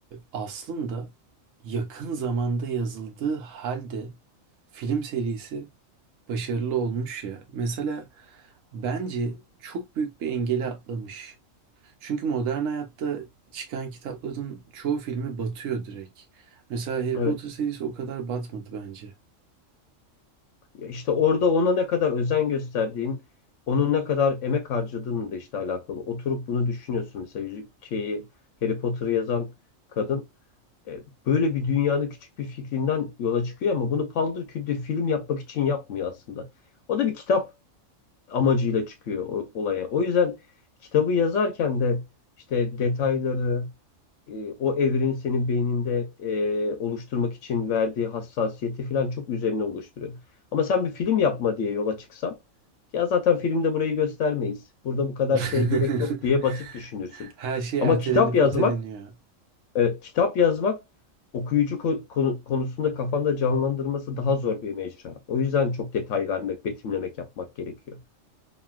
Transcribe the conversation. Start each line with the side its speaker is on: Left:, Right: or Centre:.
Right: aslında yakın zamanda yazıldığı halde film serisi başarılı olmuş ya. Mesela bence çok büyük bir engeli atlamış. Çünkü modern hayatta çıkan kitapların çoğu filmi batıyor direkt. Mesela Harry
Left: Evet.
Right: Potter serisi o kadar batmadı bence.
Left: Ya İşte orada ona ne kadar özen gösterdiğin, onun ne kadar emek harcadığınla da işte alakalı. Oturup bunu düşünüyorsun. Mesela yüzük şeyi Harry Potter'ı yazan kadın e, böyle bir dünyanın küçük bir fikrinden yola çıkıyor ama bunu paldır küldür film yapmak için yapmıyor aslında. O da bir kitap amacıyla çıkıyor o- olaya. O yüzden kitabı yazarken de işte detayları, e, o evrenin senin beyninde e, oluşturmak için verdiği hassasiyeti falan çok üzerine oluşturuyor. Ama sen bir film yapma diye yola çıksan, ya zaten filmde burayı göstermeyiz. Burada bu kadar
Right: <laughs>
Left: şeye gerek yok diye basit düşünürsün.
Right: Her şey
Left: Ama
Right: ertelenip
Left: kitap yazmak,
Right: öteleniyor.
Left: e, kitap yazmak okuyucu ko- konu- konusunda kafanda canlandırması daha zor bir mecra. O yüzden çok detay vermek, betimlemek yapmak gerekiyor.